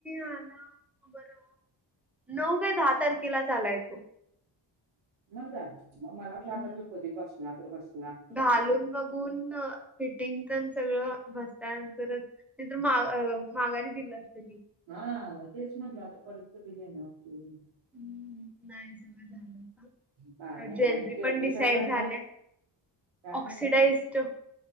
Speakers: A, in the centre; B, on the right.
A: आला बरं नऊ का दहा तारखेला चालाय तो
B: म झाली मग मलाटलाता
A: हम्म.
B: तू कधी बसला तर बस
A: घालून बघून फिटिंग पण सगळं बसता नंतरच नंतर माघारी दिलं असत की
B: हा तेच म्हटलं आता परत कध येणार तू
A: हम्म नाही सगळं झालं का
B: भारी आहे
A: ज्वेलरी
B: आणि
A: पण डिसाईड
B: काय घालणार?
A: झाल्या
B: काय
A: ऑक्सिडाजड
B: घालणार?